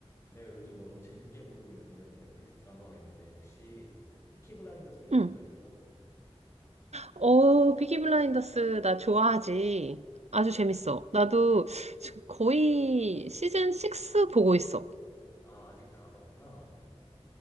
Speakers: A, on the left; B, on the right.
A: 내가 요즘 너무 재밌게 보고 있는 넷플릭스 드라마가 있는데 혹시 피키 블라인더스
B: 응.
A: 본 적 있어?
B: 어, 피키 블라인더스 나 좋아하지. 아주 재밌어. 나도 지금 거의 시즌 6 보고 있어.
A: 아, 아직 다 안 봤구나.